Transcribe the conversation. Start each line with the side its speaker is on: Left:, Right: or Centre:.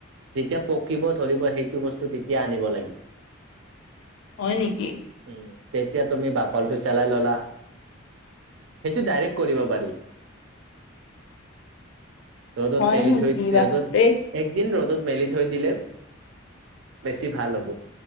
Right: যেতিয়া পকিব ধৰিব সেইটো বস্তু তেতিয়া আনিব লাগিব।
Left: হয় নেকি।
Right: উম, তেতিয়া তুমি বাকলটো চলাই ল'লা। সেইটো ডাইৰেক্ট কৰিব পাৰি। ৰ'দত
Left: হয়
Right: মেলি
Left: নেকি
Right: থৈয়, ৰ'দত
Left: বাপৰে
Right: একদিন ৰ'দত মেলি থৈ দিলে, বেছি ভাল হ'ব।